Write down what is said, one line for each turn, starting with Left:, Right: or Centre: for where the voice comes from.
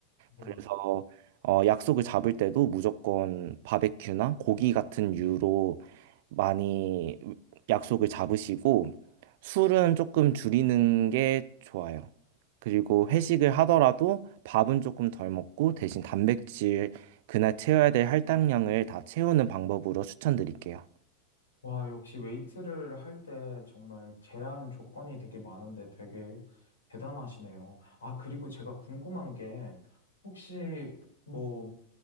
Left: 네.
Right: 그래서 어, 약속을 잡을 때도 무조건 바베큐나 고기 같은 유로 많이 약속을 잡으시고 술은 조금 줄이는 게 좋아요. 그리고 회식을 하더라도 밥은 조금 덜 먹고 대신 단백질 그날 채워야 될 할당량을 다 채우는 방법으로 추천드릴게요.
Left: 와, 역시 웨이트를 할 때 정말 제한 조건이 되게 많은데 되게 대단하시네요. 아, 그리고 제가 궁금한 게 혹시 뭐